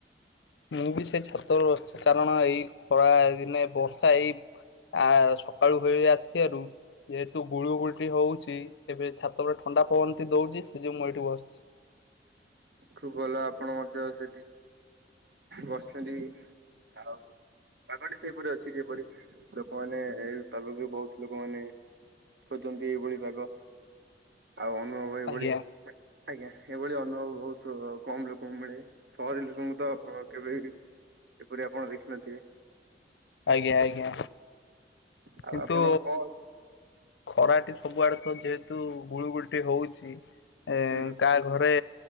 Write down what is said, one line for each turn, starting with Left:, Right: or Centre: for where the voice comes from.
Left: ମୁଁ ବି ସେ ଛାତରୁ ଅଛି କାରଣ ଏଇ ଖରା ଦିନେ ବର୍ଷା ଏଇ ଆଉ ସକାଳୁ ହେ ଆସିଥିବାରୁ ଯେହେତୁ ଗୁଳୁ ଗୁଳଟି ହଉଛି ଏବେ ଛାତ ଉପରେ ଥଣ୍ଡା ପବନ ଦଉଛି ସେ ଯଉ ମୁଁ ଏଇଠି ବସିଛି
Right: ଖୁବ ଭଲ ଆପଣ ମଧ୍ୟ ସେଠି ବସୁଛନ୍ତି ଆଉ ପାାଗଟି ସେପରି ଅଛି ଯେପରି ଲୋକମାନେ ପାଗକୁ ବହୁତ ଲୋକମାନେ ଖୋଜନ୍ତି ଏଇଭଳି ପାଗ ଆଉ ଅନୁଭବ ଏଇଭଳି
Left: ଆଜ୍ଞା
Right: ଆଜ୍ଞା ଏଭଳି ଅନୁଭବ ବହୁତ କମ ଲୋକଙ୍କୁ ମିଳେ ସହରୀ ଲୋକଙ୍କୁ ତ କେବେ ବି ଏପରି ଆପଣ ଦେଖିନଥିବେ
Left: ଆଜ୍ଞା ଆଜ୍ଞା
Right: ଆଉ
Left: କିନ୍ତୁ
Right: ଆପଣ କଣ
Left: ଖରାଟି ସବୁଆଡେ ତ ଯେହେତୁ ଗୁଳୁଗୁଳଟି ହଉଛି ଏ
Right: ହୁଁ
Left: କା ଘରେ